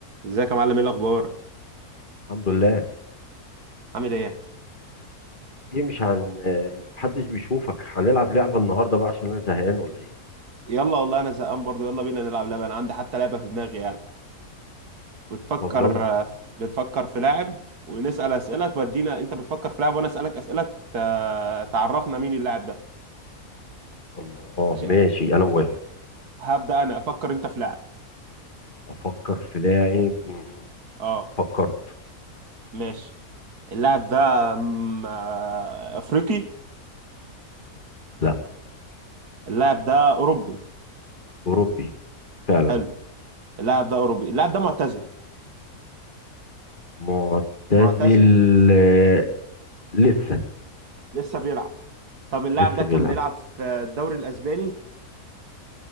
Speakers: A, on the right (about 80°); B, on the left (about 30°).
A: ازيك يا معلم ايه الاخبار
B: الحمد لله
A: عامل ايه
B: ايه مش هن آه، محدش بيشوفك هنلعب لعبة النهاردة بقى عشان انا زهقان ولا ايه
A: يلا والله انا زهقان برضو يلا بينا نلعب لعبه انا عندي حتى لعبه في دماغي يعني بتفكر
B: طب يلا
A: بنفكر في لاعب ونسال اسئله تودينا انت بتفكر في لاعب وانا اسالك اسئله ت- تعرفنا مين اللاعب ده
B: الله اه
A: ماشي
B: ماشي انا موافق
A: هبدا انا افكر انت في لاعب
B: افكر في لاعب مم،
A: اه
B: فكرت
A: ماشي اللاعب ده م- آه، افريقي
B: لا
A: اللاعب ده اوروبي
B: اوروبي فعلا
A: حلو اللاعب ده اوروبي اللاعب ده معتزل
B: معتزل
A: معتزل
B: آه، لسه
A: لسه بيلعب طب اللاعب
B: لسه
A: ده كان
B: بيلعب
A: بيلعب في الدوري الاسباني